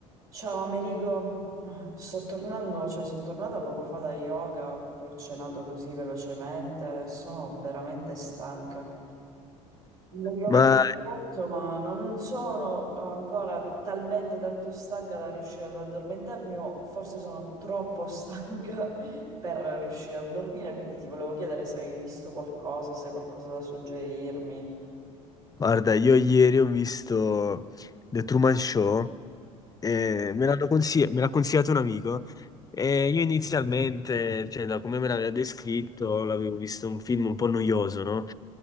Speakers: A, on the right (about 80°); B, on the left (about 20°).
A: Ciao Amerigo, sto tornando, cioè sono tornata poco fa da yoga, poi ho cenato così velocemente, sono veramente stanca. Mi Voglio
B: Ma
A: mettere in letto, ma non sono ancora talmente tanto stanca da riuscire ad addormentarmi o forse sono troppo stanca <laughs> per riuscire a dormire, quindi ti volevo chiedere se avevi visto qualcosa, se hai qualcosa da suggerirmi.
B: guarda, io ieri ho visto The Truman Show e me l'hanno consigli- me l'ha consigliato un amico e io inizialmente, cioè da come me l'aveva descritto, l'avevo visto un film un po' noioso, no?